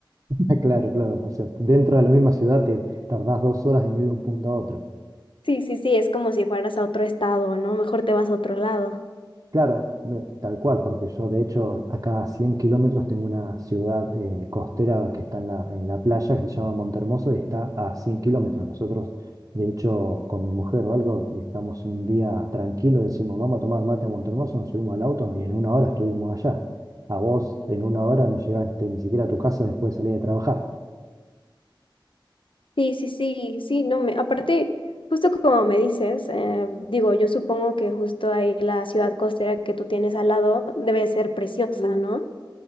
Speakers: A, on the right (about 45°); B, on the left (about 80°).
A: <laughs> Ah, Claro, claro. O sea, dentro de la misma ciudad te tardás dos horas en ir de un punto a otro.
B: Sí, sí, sí, es como si fueras a otro estado, ¿no? Mejor te vas a otro lado.
A: Claro, me- tal cual, porque yo de hecho acá a 100 kilómetros tengo una ciudad eh, costera que está en la, en la playa, que se llama Montehermoso y está a 100 kilómetros. Nosotros, de hecho, con mi mujer o algo, estamos un día tranquilo, decimos, vamos a tomar mate a Montehermoso, nos subimos al auto y en una hora estuvimos allá. A vos en una hora no llegaste ni siquiera a tu casa después de salir de trabajar.
B: Sí, sí, sí, sí, no me, aparte, justo como me dices, eh, digo, yo supongo que justo ahí la ciudad costera que tú tienes al lado debe ser preciosa, ¿no?